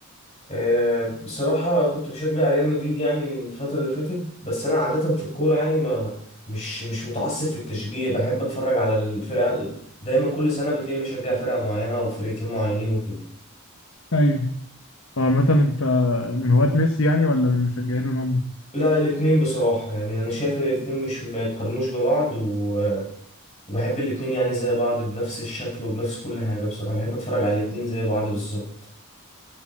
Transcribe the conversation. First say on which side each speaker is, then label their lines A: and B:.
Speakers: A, on the left; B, on the left.
A: آه، بصراحه كنت بشجع ريال مدريد يعني من الفتره اللي فاتت بس انا عاده في الكوره يعني ما مش مش متعصب في التشجيع بحب اتفرج على الفرقه ال- دايما كل سنه بتلاقيني بشجع فرقه معينه او فرقتين معينين وكده
B: ايوه عامة انت من هواة ميسي يعني ولا من مشجعين رونالدو؟
A: لا الاتنين بصراحه يعني انا شايف ان الاتنين مش ما يتقارنوش ببعض و وبحب الاتنين يعني زي بعض بنفس الشكل وبنفس كل حاجة بصراحة بحب اتفرج على الاتنين زي بعض بالظبط